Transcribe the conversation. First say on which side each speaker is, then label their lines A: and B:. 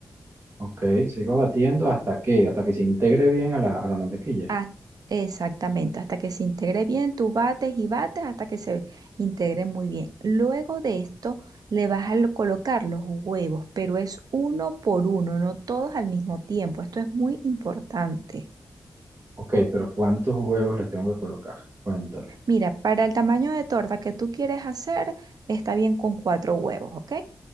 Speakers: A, on the right; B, on the right.
A: Ok, sigo batiendo hasta que, hasta que se integre bien a la, a la mantequilla.
B: Haz- exactamente, hasta que se integre bien, tú bates y bates hasta que se integre muy bien. Luego de esto le vas a lo- colocar los huevos, pero es uno por uno, no todos al mismo tiempo. Esto es muy importante.
A: Ok, pero ¿cuántos huevos le tengo que colocar? Cuéntame.
B: Mira, para el tamaño de torta que tú quieres hacer, está bien con cuatro huevos, ¿ok?